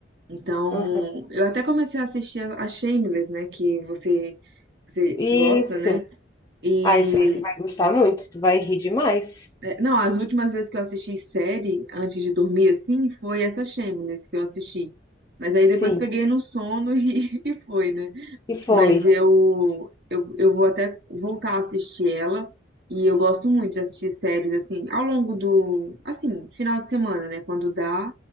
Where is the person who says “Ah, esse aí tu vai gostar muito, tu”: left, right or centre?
Left